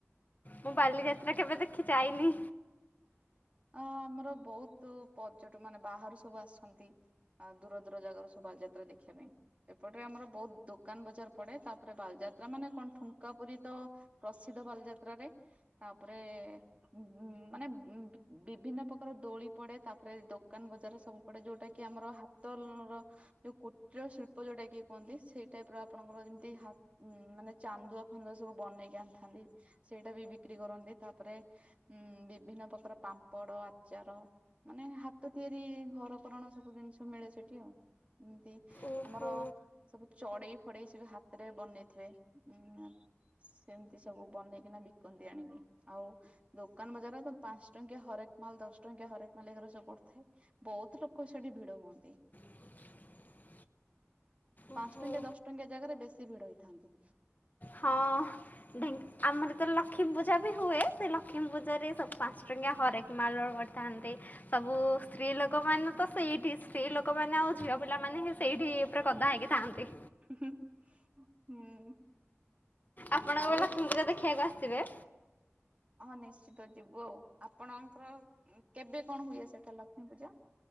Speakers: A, on the left; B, on the right.
A: ମୁଁ ବାଲିଯାତ୍ରା କେବେ ଦେଖି ଯାଇନି।
B: ଅ ଆମର ବହୁତ ପର୍ଯ୍ୟଟ ମାନେ ବାହାରୁ ସବୁ ଆସନ୍ତି। ଆ ଦୂର ଦୂର ଜାଗାରୁ ସବୁ ବାଲିଯାତ୍ରା ଦେଖିବା ପାଇଁ। ଏପଟରେ ଆମର ବହୁତ ଦୋକାନ ବଜାର ପଡେ ତାପରେ ବାଲଯାତ୍ରା ମାନେ କଣ ଠୁଙ୍କା ପୁରୀ ତ। ପ୍ରସିଦ୍ଧ ବାଲିଯାତ୍ରାରେ ତାପରେ ହୁଁ ମାନେ। ବିଭିନ୍ନ ପ୍ରକାର ଦୋଳି ପଡେ ତାପରେ ଦୋକାନ ବଜାର ସବୁ ପଡେ ଯୋଉଟା କି ଆମର ହାତଲ ର। ଯୋଉ କୁଟୀଳ ଶିଳ୍ପ ଯୋଉଟା କି କୁହନ୍ତି ସେଇ ଟାଇପ ର ଆପଣଙ୍କର ଯେମିତି ହା ଉଁ ମାନେ ଚାନ୍ଦୁଆ ଫାନ୍ଦୁଆ ସବୁ ବନେଇକି ଆଣିଥାନ୍ତି ସେଇଟା ବି ବିକ୍ରି କରନ୍ତି ତାପରେ ହୁଁ ବିଭିନ୍ନ ପ୍ରକାର। ପାମ୍ପଡ ଆଚାର ମାନେ ହାତ ତିଆରି ଘରକରଣ ସବୁ ଜିନିଷ ମିଳେ ସେଠି ଆଉ। ଏମତି
A: ଓହୋ
B: ଆମର। ସବୁ ଚଢେଇ ଫଡେଇ ସବୁ ହାତରେ ବନେଇଥିବେ ଉଁ। ସେମିତି ସବୁ ବନେଇକିନା ବିକନ୍ତି ଆଣିକି ଆଉ ଦୋକାନ ବଜାର ତ ପା ଞ୍ଚ ଟଙ୍କିଆ ହରେକ ମାଲ ଦଶ ଟଙ୍କିଆ ହରେକ ମାଲ ଏଗୁଡ଼ା ସବୁ ପଡିଥାଏ ବହୁତ ଲୋକ ସେଠି ଭିଡ ହୁଅନ୍ତି।
A: <unintelligible>
B: ପାଞ୍ଚ
A: ଓହୋ
B: ଟଙ୍କିଆ ଦଶ ଟଙ୍କିଆ ଜାଗାରେ ବେଶୀ ଭିଡ ହେଇଥାନ୍ତି।
A: ହଁ। ଢେଙ୍କ ଆମର ତ ଲକ୍ଷ୍ମୀପୂଜା ବି ହୁଏ ସେ ଲକ୍ଷ୍ମୀ ପୂଜାରେ ସବୁ ପାଞ୍ଚ ଟଙ୍କିଆ ହରେକ ମାଲର ଥାନ୍ତି। ସବୁ ସ୍ତ୍ରୀ ଲୋକ ମାନେ ତ ସେଇଠି ସ୍ତ୍ରୀ ଲୋକମାନେ ଆଉ ଝିଅ ପିଲାମାନେ ହିଁ ସେଇଠି। ଉପରେ ଗଦା ହେଇକିଥାନ୍ତି।
B: ହିଁ-ହିଁ ହୁଁ।
A: ଆପଣଙ୍କ କେବେ
B: ଆଉ
A: ଲକ୍ଷ୍ମୀ ପୂଜା ଦେଖିବାକୁ ଆସିବେ।
B: ହଁ ନିଶ୍ଚିତ ଯିବୁ ଆଉ ଆପଣଙ୍କର କେବେ କଣ ହୁଏ ସେଟା ଲକ୍ଷ୍ମୀ ପୂଜା?